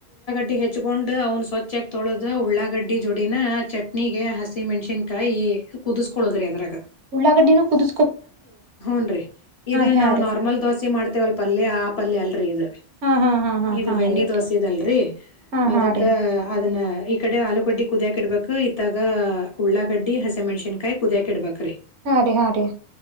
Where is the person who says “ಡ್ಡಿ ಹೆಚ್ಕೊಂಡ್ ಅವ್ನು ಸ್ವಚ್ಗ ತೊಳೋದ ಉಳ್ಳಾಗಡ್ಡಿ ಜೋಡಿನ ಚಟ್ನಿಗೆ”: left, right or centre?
Left